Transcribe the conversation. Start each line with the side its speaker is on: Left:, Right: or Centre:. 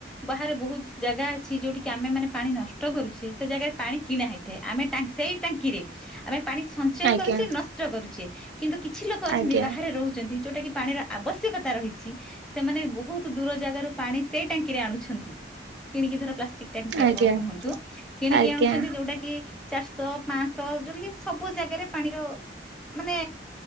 Centre: ବାହାରେ ବହୁତ ଜାଗା ଅଛି ଯୋଉଠି କିି ଆମେ ମାନେ ପାଣି ନଷ୍ଟ କରୁଛେ ସେ ଜାଗାରେ ପାଣି କିଣା ହେଉ ଆମେ ସେଇ ଟାଙ୍କିରେ ଆମେ ପାଣି ସଞ୍ଚୟ
Right: ଆଜ୍ଞା
Centre: କରୁଛେ ନଷ୍ଟ କରୁଛେ କିନ୍ତୁ କିଛି ଲୋକ ଅଛନ୍ତି
Right: ଆଜ୍ଞା
Centre: ବାହାରେ ରହୁଛନ୍ତି ଯୋଉଟାକି ପାଣିର ଆବଶ୍ୟକତା ରହିଛି ସେମାନେ ବହୁତ ଦୂର ଜାଗାରୁ ପାଣି ସେଇ ଟାଙ୍କିରେ ଆଣୁଛନ୍ତି। କିଣିକି ଧର ପ୍ଲାଷ୍ଟିକ ଟାଙ୍କି ଆପଣ
Right: ଆଜ୍ଞା
Centre: କୁହନ୍ତୁ କିଣିକି
Right: ଆଜ୍ଞା
Centre: ଆଣୁଛନ୍ତି ଯୋଉଟା କି ଚାରିଶହ ପାଞ୍ଚଶହ ଯୋଉଟାକି ସବୁ ଜାଗାରେ ପାଣିର ମାନେ